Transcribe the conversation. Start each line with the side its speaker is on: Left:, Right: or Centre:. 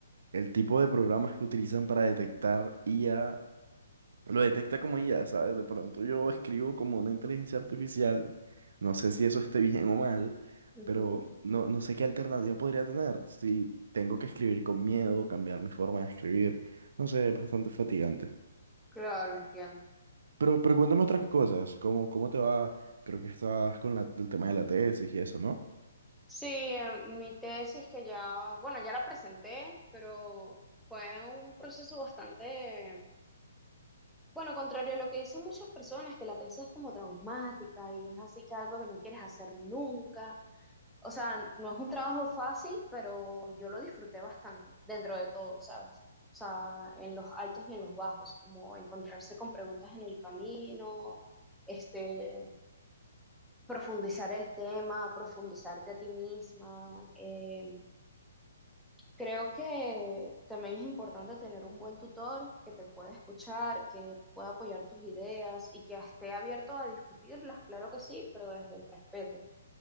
Right: el tipo de programas que utilizan para detectar IA lo detecta como ya ¿sabes? De pronto yo escribo como una inteligencia artificial, no sé si eso esté bien o mal,
Centre: ujú.
Right: pero no, no sé qué alternativa podría tener, si tengo que escribir con miedo, cambiar mi forma de escribir, no sé, es bastante fatigante.
Centre: Claro, entiendo.
Right: Pero, pero cuéntame otras cosas, ¿cómo, cómo te va? Creo que estás con la- el tema de la tesis y eso, ¿no?
Centre: Sí, eh, mi tesis que ya, bueno, ya la presenté, pero fue un proceso bastante, bueno, contrario a lo que dicen muchas personas, que la tesis es como traumática y es así que algo que no quieres hacer nunca. O sea, no es un trabajo fácil, pero yo lo disfruté bastante, dentro de todo, ¿sabes? O sea, en los altos y en los bajos, como encontrarse con preguntas en el camino, este, profundizar el tema, profundizarte a ti misma. eh, creo que también es importante tener un buen tutor que te pueda escuchar, que pueda apoyar tus ideas y que esté abierto a discutirlas, claro que sí, pero desde el respeto.